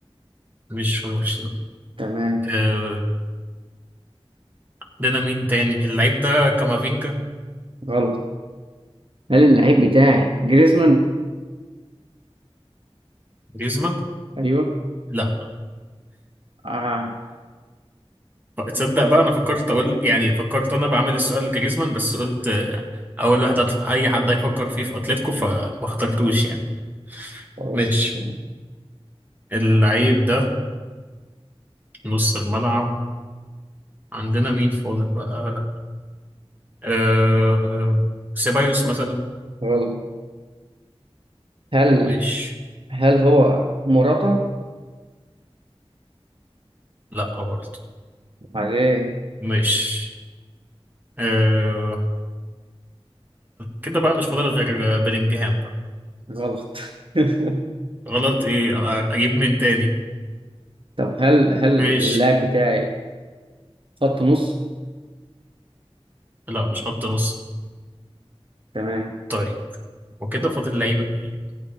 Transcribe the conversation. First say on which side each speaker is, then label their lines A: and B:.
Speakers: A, on the right (about 15°); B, on the right (about 55°).
A: مش في برشلونة
B: تمام
A: آه، عندنا مين تاني اللعيب ده كامافينجا
B: غلط هل اللعيب بتاعي جريزمان
A: جريزمان
B: ايوه
A: لأ
B: اه
A: تصدق بقى أنا فكرت أقول يعني فكرت أنا بعمل السؤال لجريزمان بس قلت آه، أول واحد هت- أي حد هيفكر فيه في أتلتيكو فما اخترتوش يعني
B: خلاص
A: ماشي
B: تمام
A: اللعيب ده نص الملعب عندنا مين فاضل بقى أه... سيبايوس مثلا
B: غلط هل
A: مش
B: هل هو مراته
A: لا برضه
B: عليه
A: مش أه... كده بقى مش فاضل غير بلينجهام بقى
B: غلط <laughs>
A: غلط ايه انا اجيب مين تاني
B: طب هل هل
A: مش
B: اللاعب بتاعي خط نص
A: لا مش خط نص
B: تمام
A: طيب وكده فاضل لعيبه ايه